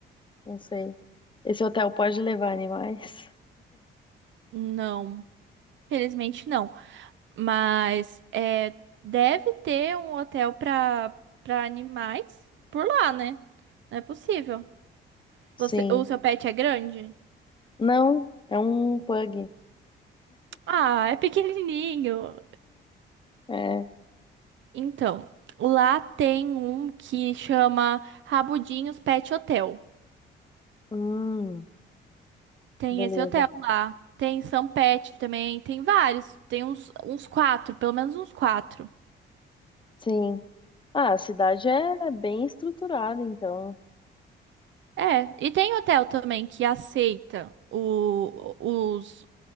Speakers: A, on the left (about 25°); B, on the right (about 70°).
A: Não sei. Esse hotel pode levar animais?
B: Não, felizmente não. Mas é... deve ter um hotel para para animais por lá, né? Não é possível.
A: Sim.
B: Você... O seu pet é grande?
A: Não, é um pug.
B: Ah, é pequenininho.
A: É.
B: Então, lá tem um que chama Rabudinhos Pet Hotel.
A: Hum,
B: Tem
A: beleza.
B: esse hotel lá. Tem São Pet também. Tem vários. Tem uns, uns quatro, pelo menos uns quatro.
A: Sim. Ah, a cidade é bem estruturada, então.
B: É, e tem hotel também que aceita o, os,